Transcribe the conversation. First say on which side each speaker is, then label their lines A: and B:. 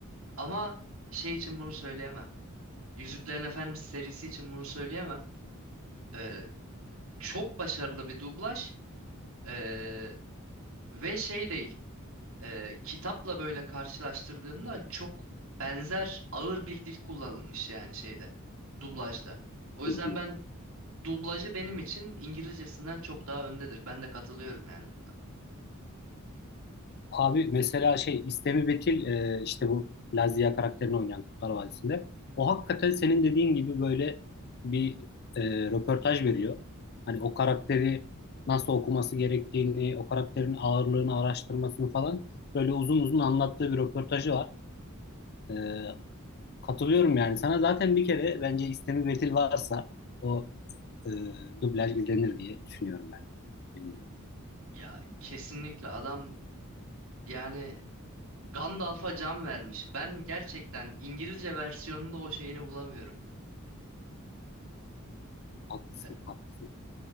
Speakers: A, on the right; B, on the left.
A: Ama şey için bunu söyleyemem. Yüzüklerin Efendisi serisi için bunu söyleyemem. Eee, çok başarılı bir dublaj eee, ve şey değil. eee, kitapla böyle karşılaştırdığımda çok benzer ağır bir dil kullanılmış yani şeyde dublajda. O yüzden
B: Hı hı.
A: ben dublajı benim için İngilizcesinden çok daha öndedir. Ben de katılıyorum yani bunda.
B: Abi mesela şey İstemi Betil e, işte bu Lazia karakterini oynayan Kurtlar Vadisi'nde. O hakikaten senin dediğin gibi böyle bir e, röportaj veriyor. Hani o karakteri nasıl okuması gerektiğini, o karakterin ağırlığını araştırmasını falan böyle uzun uzun anlattığı bir röportajı var. E, katılıyorum yani sana. Zaten bir kere bence İstemi Betil varsa o e, dublaj izlenir diye düşünüyorum ben. Bilmiyorum.
A: Ya kesinlikle adam yani Gandalf'a can vermiş. Ben gerçekten İngilizce versiyonunda o şeyini bulamıyorum.
B: Haklısın,
A: E,
B: haklısın.